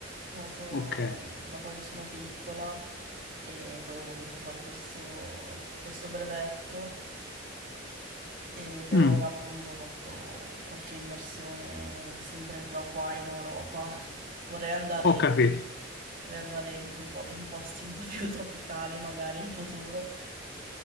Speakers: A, on the right; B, on the left.
A: Nuoto
B: Ok,
A: da quando sono piccola e poi ho voluto fare questo, questo brevetto E per
B: Mm,
A: ora appunto ho fatto qualche immersione sempre però qua in Europa. Vorrei andare,
B: ho capito.
A: vorrei andare in quei po- in posti un po' più <laughs> tropicali magari in futuro.